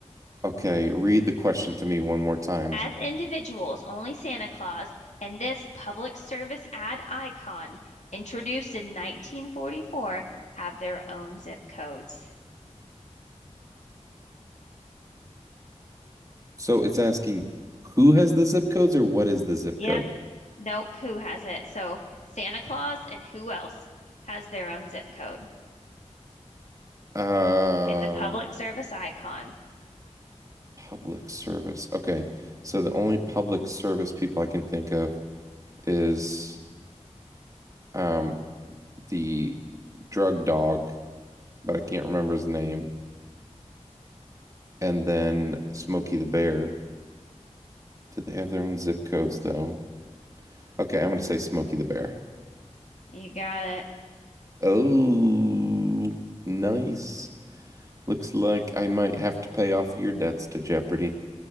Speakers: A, on the right (about 25°); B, on the left (about 75°).
A: okay, read the question to me one more time.
B: As individuals, only Santa Claus and this public service ad icon, introduced in 1944, have their own zip codes.
A: So it's asking who has the zip codes or what is the zip
B: Yep,
A: code?
B: nope, who has it? So Santa Claus and who else has their own zip code?
A: Um,
B: It's a public service icon.
A: Public service. Okay. So the only public service people I can think of is um the drug dog, but I can't remember his name, and then Smokey the Bear. Do they have their own zip codes though? Okay, I'm gonna say Smokey the Bear.
B: You got
A: Oh, nice. Looks like I might have to pay off your debts to Jeopardy.